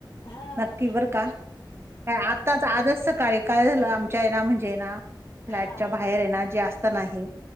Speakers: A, on the left (about 70°); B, on the right (about 30°).
A: हा
B: नक्की बरं
A: कारण
B: का! काय, आत्ताच आजच सकाळी काय झालं आमच्या आहे हे ना म्हणजे ना. फ्लॅटच्या
A: हा
B: बाहेर हे ना जे असत ना हे